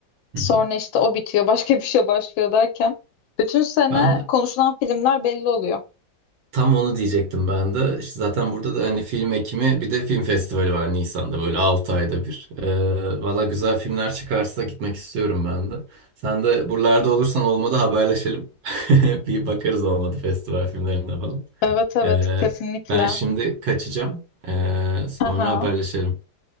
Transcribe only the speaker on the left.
Sonra
işte o bitiyor. Başka <laughs> bir şey başlıyor derken. Bütün sene
konuşulan filmler belli oluyor.
Evet evet
kesinlikle.
Aha.